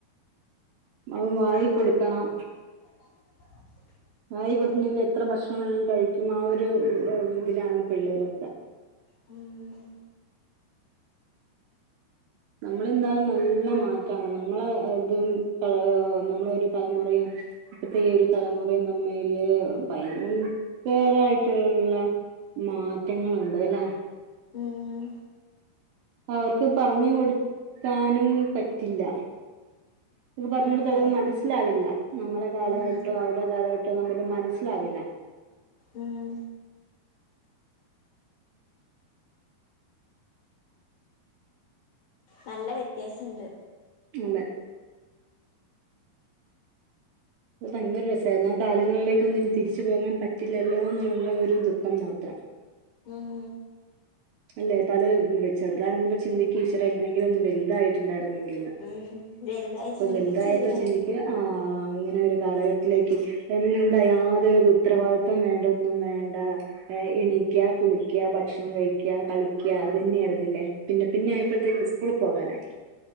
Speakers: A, on the right; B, on the left.
A: അതും വാരി കൊടുക്കണം
B: <unintelligible>
A: വാരി കൊടുക്കാണെല് എത്ര ഭക്ഷണം വേണേലും കഴിക്കും ആഹ് ഒരു ഇതിലാണ് പിള്ളേരൊക്കെ
B: ഉം
A: നമ്മളെന്താലും നല്ല മാറ്റാണ് നമ്മളെ ഇതും ഏഹ് നമ്മളെ ഒരു തലമുറയും ഇപ്പത്തെ ഈ ഒരു തലമുറയും തമ്മില് ഭയങ്കരായിട്ടുള്ള മാറ്റങ്ങളുണ്ട് ല്ലേ
B: ഉം
A: അവർക്ക് പറഞ്ഞ് കൊടുക്കാനും പറ്റില്ല അവർക്ക് പറഞ്ഞ്
B: ആ
A: കൊടുത്താലും
B: അതെ
A: മനസ്സി മനസ്സിലാവില്ല നമ്മളെ കാലഘട്ടോ
B: ഉം
A: അവരുടെ കാലഘട്ടോ തമ്മില് മനസ്സിലാവില്ല
B: ഉം നല്ല വ്യത്യാസം ഉണ്ട്
A: അതെ അത് ഭയങ്കര രസമായിരുന്നു ആ കാലങ്ങളിലേക്കൊന്നും ഇനി തിരിച്ചു പോകാൻ പറ്റില്ലല്ലോ എന്നുള്ള ഒരു ദുഃഖം മാത്രം
B: ഉം
A: അല്ലേ പല ചെറുതാവുമ്പും ചിന്തിക്ക ഈശ്വര എങ്ങനെങ്കിലും ഒന്ന് വലുതായി
B: ഉം വലുതായ
A: <unintelligible>
B: ചിന്തിക്കും
A: വലുതായപ്പോ
B: ചെറുതായ
A: ചിന്തിക്കും ആഹ് ഇങ്ങനെ ഒരു കാലഘട്ടത്തിലേക്ക് <unintelligible> എന്താ യാതൊരുത് ഉത്തരവാദിത്വം വേണ്ട ഒന്നും വേണ്ട എണീക്ക കുളിക്കുക ഭക്ഷണം കഴിക്ക ക്ക കളിക്ക അത് തന്നെയായിയിുന്നില്ലേ പിന്നെ പിന്നെ ആയപ്പോഴത്തേക്ക്
B: ഉം
A: സ്കൂള പോകാനായി.